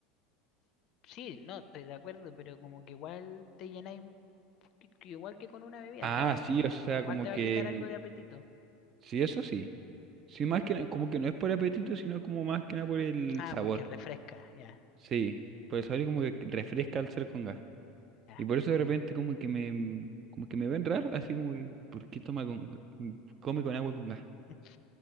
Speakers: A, on the left; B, on the right.
A: Sí, no, estoy de acuerdo, pero como que igual te llenáis un poquito, igual que con una bebida,
B: Ah,
A: o sea,
B: sí, o sea,
A: igual
B: como
A: te va
B: que
A: a quitar algo de apetito.
B: sí, eso sí. Sí, más que na- como que no es por apetito, sino como más que nada por el
A: Ah,
B: sabor.
A: porque refresca, ya.
B: Sí, por el sabor y como que refresca al ser con gas.
A: ya.
B: Y por eso de repente como que me, como que me ven raro, así como que, ¿por qué toma con, come con agua con gas?
A: <laughs>